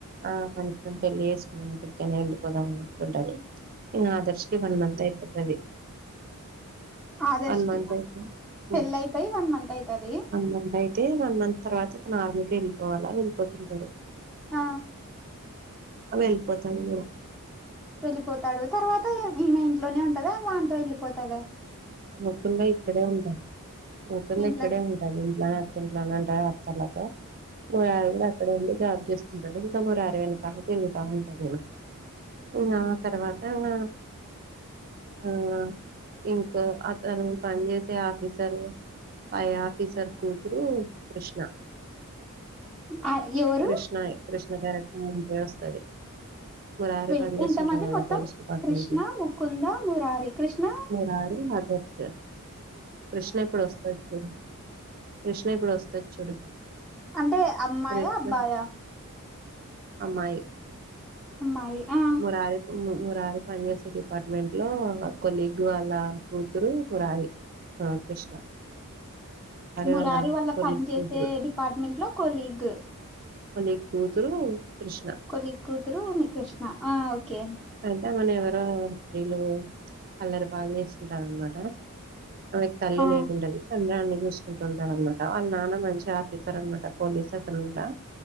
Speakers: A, on the right; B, in the centre.
A: ఆ మషం పెళ్ళి చేసుకునే వెళ్ళిపోదామ అ ఉంటది <unintelligible> ఇంగా ఆదర్శకి వన్ మంత్ అయిపోతుది
B: ఆదర్శ్
A: వన్ మంతంత్
B: కి
A: అయితే వన్
B: పెళ్ళి అయిపోయి వన్ మంత్ అయితది
A: మంత్ అయి <unintelligible> తే వన్ మంత్ తర్వాత అతను ఆర్మీకి వెళ్ళిపోవాలా వెళ్ళిపోతుంటాడు
B: ఆ
A: వెళ్ళిపోతాడు కూడా
B: వెళ్ళిపోతాడు. తర్వాత ఈమె ఇంట్లోనే ఉంటద వాల నాన్న తోనీ వెళ్లిపోతద.
A: మకుంద ఇక్కడే ఉండాల మకుంద
B: ఇంట్లోనే
A: ఇక్కడే ఉం <unintelligible> ఇంట్లో అతింట్లో అంట అత్తలతో మురారి కూడా అక్కడ వెళ్ళ <unintelligible> జాబ్ చేస్తుంటారు ఇంకా మురారి వెనకాల తిరుగుతా ఉంటాడు ఇంగ ఆ తర్వాత ఇంగ ఆ ఇంకా అతను పని చేసే ఆఫీసర్ పై ఆఫీసర్ కూతురు కృష్ణ
B: ఆ ఎవరు
A: కృష్ణ కృష్ణ క్యారెక్టర్ వస్తుది మురారి
B: వెయిట్
A: పని చేస్తుంటారు
B: ఎంతమంది
A: కదా
B: మొత్తం
A: పోలీస్ డిపార్ట్మెంట్
B: కృష్ణ
A: లో
B: ముకుంద మురారి కృష్ణ
A: దారి అదర్శ కృష్ణ ఇప్పుడు వస్తది. చూడు కృష్ణ ఇప్పుడు వస్తది చూడు
B: అంటే అమ్మాయా
A: కృష్ణ
B: అబ్బాయా
A: అమ్మాయి
B: అమ్మాయి ఆ
A: మురారి మురారి పనిచేసే డిపార్ట్మెంట్ లో కొలిగ్ వాళ్ళ కూతురు మురారి ఆ కృష్ణ
B: మురారి
A: వాళ్ళ
B: వాల్ల
A: కొలీగ్
B: పని చేసే
A: కూతురు
B: డిపార్ట్మెంట్ లో కొలీగ్
A: <unintelligible> ఎపుడు కూతురు కృష్ణ
B: కొలిగ్ కూతురు కృష్ణ ఆ ఓకే
A: <unintelligible> అంటే మన ఎవరో రడీలు అల్లరి బాగా చేస్తుంటార అనమాట ఆమెకి తల్లి
B: ఆ
A: లేకుంటది చంద్రాన్ని చూసుకుంటుంటాడునమాట. వాళ్ళ నాన్న మంచి ఆఫీసర్ అనమాట పోలీస్ అతను కూడా